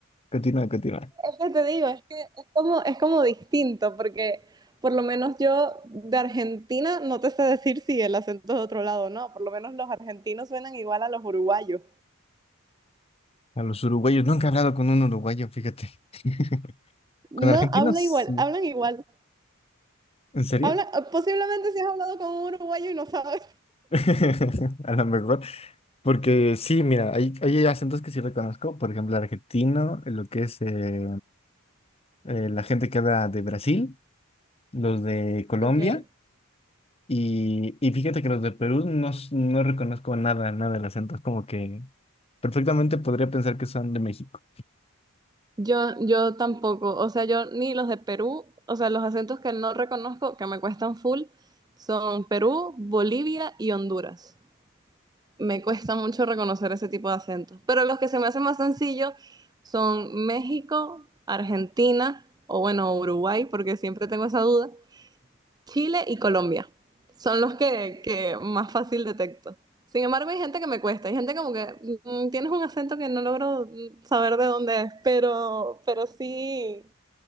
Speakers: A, on the left; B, on the right.
A: Continúa, continúa.
B: que te digo, es que es como, es como distinto, porque por lo menos yo de Argentina no te sé decir si el acento es de otro lado o no, por lo menos los argentinos suenan igual a los uruguayos.
A: A los uruguayos, nunca he hablado con un uruguayo, fíjate. <laughs>
B: No,
A: Con argentinos,
B: habla
A: sí.
B: igual, hablan igual.
A: ¿En serio?
B: Habla, posiblemente si has hablado con un uruguayo y no sabes.
A: <laughs> A lo mejor. Porque sí, mira, hay, hay acentos que sí reconozco. Por ejemplo, el argentino, eh, lo que es eh, eh, la gente que habla de Brasil, los de Colombia.
B: okay
A: Y, y fíjate que los de Perú no, s- no reconozco nada, nada del acento. Es como que perfectamente podría pensar que son de México.
B: Yo, yo tampoco, o sea, yo ni los de Perú, o sea, los acentos que no reconozco, que me cuestan full, son Perú, Bolivia y Honduras. me cuesta mucho reconocer ese tipo de acentos. Pero los que se me hacen más sencillos son México, Argentina o bueno, Uruguay, porque siempre tengo esa duda, Chile y Colombia. Son los que, que más fácil detecto. Sin embargo, hay gente que me cuesta, hay gente como que mm, tienes un acento que no logro mm, saber de dónde es, pero, pero sí,